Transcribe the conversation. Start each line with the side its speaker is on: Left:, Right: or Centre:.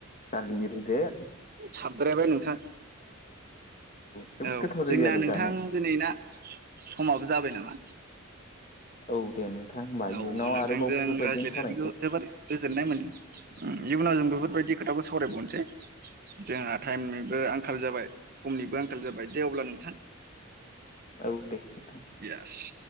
Left: दालि रुदो आ
Right: साबद्रायबाय नोंथां
Left: जोबोद
Right: औ
Left: गोथाव
Right: जोंना
Left: जायो आरो
Right: नोंथां
Left: जानो
Right: दिनै ना समाबो जाबाय नामा
Left: औ दे नोंथां होमबा
Right: औ
Left: इयुनाव
Right: नोंथांजों
Left: आरोबाव बेफोरबायदिनो
Right: रायज्लायनानैखौ
Left: सावरायनोसै
Right: जोबानो गोजोननाय मोनदों इयुनाव जों बेफोरबायदि खोथाखौ सावरायबावनोसै जोंहा टाइमनिबो आंखाल जाबाय समनिबो आंखाल आंखाल जाबाय दे अब्ला नोंथां
Left: औ दे नोंथां
Right: इएस